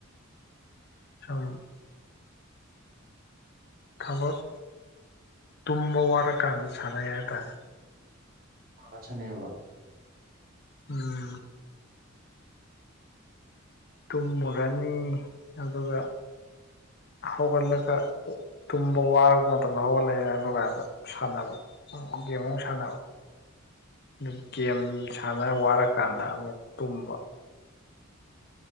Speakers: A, on the left; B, on the right.
A: ꯁꯝ ꯊꯕꯛ ꯇꯨꯝꯕ ꯋꯥꯔꯀꯥꯟꯗ ꯁꯥꯟꯅꯩ ꯍꯥꯏꯇꯥꯔꯦ
B: ꯉꯥꯛ ꯉꯥꯛ ꯁꯅꯩꯍꯥꯏꯕ
A: ꯎꯨꯝ ꯇꯨꯝꯃꯒ ꯑꯅꯤ ꯑꯗꯨꯒ ꯍꯧꯒꯠꯂꯒ ꯑꯣ ꯇꯨꯝꯕ ꯋꯥꯔꯕ ꯃꯇꯝꯗ ꯍꯧꯒꯠꯂꯛꯏ ꯑꯗꯨꯀꯥꯟꯗ ꯁꯥꯟꯅꯕ ꯎꯝ ꯒꯦꯝ ꯑꯃꯥꯃꯨꯛ ꯁꯥꯟꯅꯕ ꯗꯨ ꯒꯦꯝ ꯁꯥꯟꯅ ꯋꯥꯔꯀꯥꯟꯗ ꯑꯃꯨꯛ ꯇꯨꯝꯕ